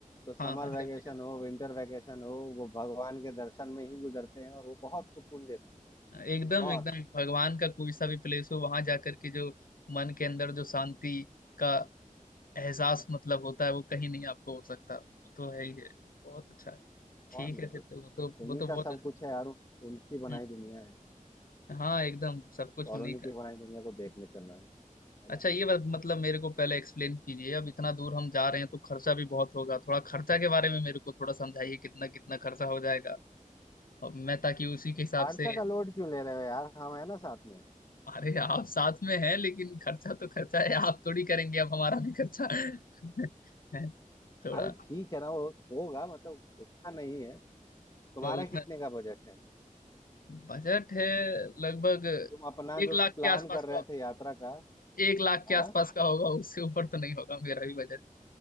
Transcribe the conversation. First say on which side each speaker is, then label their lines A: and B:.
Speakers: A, on the left; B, on the left.
A: तो समर
B: हाँ हाँ जब
A: वेकेशन
B: भी जाएंगे
A: हो विंटर वेकेशन हो वो भगवान के दर्शन में ही गुजरते हैं और वो बहुत सुकून देते हैं
B: एकदम
A: बहुत
B: एकदम भगवान का कोई सा भी प्लेस हो वहां जाकर के जो मन के अंदर जो शांति का एहसास मतलब होता है वो कहीं नहीं आपको हो सकता वो तो है ही है बहुत अच्छा है ठीक
A: और नहीं
B: है फिर
A: तो क्या।
B: तो वो तो
A: उन्हीं
B: वो तो
A: का
B: बहुत
A: सब
B: अच्छा
A: कुछ है यार उनकी बनाई
B: हम्म,
A: दुनिया है
B: हाँ एकदम सब कुछ
A: और
B: उन्हीं
A: उन्हीं
B: का
A: की बनाई दुनिया को देखने चलना है है
B: अच्छा
A: ना
B: ये बात मतलब मेरे को पहले एक्सप्लेन कीजिए अब इतना दूर हम जा रहे हैं तो खर्चा भी बहुत होगा थोड़ा खर्चा के बारे में मेरे को थोड़ा समझाइए कितना कितना खर्चा हो जाएगा अब मैं ताकि उसी के हिसाब
A: खर्चा
B: से
A: का लोड क्यों ले रहे हो यार हम है ना साथ में
B: अरे आप साथ में हैं लेकिन खर्चा तो खर्चा है आप थोड़ी करेंगे अब हमारा भी खर्चा <laughs> है थोड़ा
A: अरे ठीक है ना वो होगा मतलब उतना नहीं है तुम्हारा
B: तो उतना
A: कितने का बजट है
B: बजट है लगभग
A: तुम अपना
B: एक
A: जो
B: लाख
A: प्लान
B: के आसपास
A: कर रहे
B: का
A: थे यात्रा का
B: एक लाख के
A: हाँ
B: आसपास का होगा उससे ऊपर तो नहीं होगा मेरा भी बजट